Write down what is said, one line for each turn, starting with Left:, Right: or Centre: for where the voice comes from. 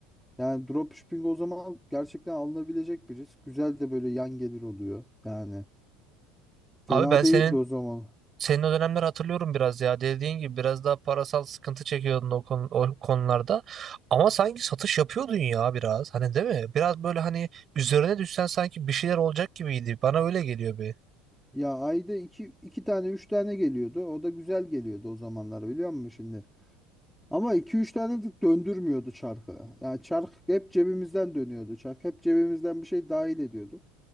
Centre: Yani dropshipping o zaman gerçekten alınabilecek bir risk. Güzel de böyle yan gelir oluyor yani.
Right: Abi
Centre: Fena
Right: ben senin
Centre: değildi o zaman.
Right: Senin o dönemleri hatırlıyorum biraz ya. Dediğin gibi biraz daha parasal sıkıntı çekiyordun o, konu, o konularda. Ama sanki satış yapıyordun ya biraz. Hani değil mi? Biraz böyle hani üzerine düşsen sanki bir şeyler olacak gibiydi. Bana öyle geliyor bir.
Centre: Ya ayda iki, iki tane üç tane geliyordu. O da güzel geliyordu o zamanlar biliyor musun şimdi? Ama iki üç tane de döndürmüyordu çarkı. Yani çark hep cebimizden dönüyordu. Çark hep cebimizden bir şey dahil ediyordu.